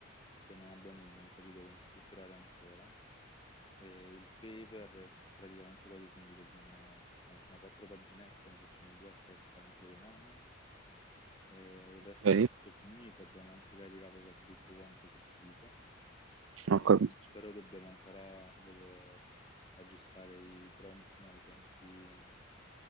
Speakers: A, on the left; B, on the right.
A: che non abbiamo ben capito come strutturare ancora. E il paper è praticamente quasi finito, ci mancano, ci mancano quattro paginette, ne facciamo due a testa entro domani. E il resto
B: Ok,
A: è tutto finito, abbiamo anche caricato quasi tutto quanto sul sito.
B: ho
A: Eh,
B: capito.
A: però dobbiamo ancora, devo aggiustare i prompt, no, i prompt, i,